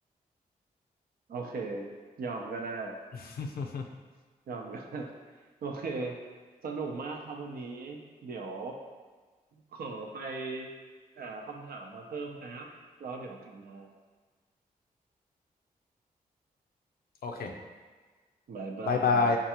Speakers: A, on the right; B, on the left.
A: โอเคยอมก็ได้
B: <laughs>
A: ยอมก็ได้ <laughs> โอเคสนุกมากครับวันนี้เดี๋ยวขอไปหาคำถามมาเพิ่มแป๊บแล้วเดี๋ยวกลับมา
B: โอเค
A: บ๊ายบาย
B: บายบาย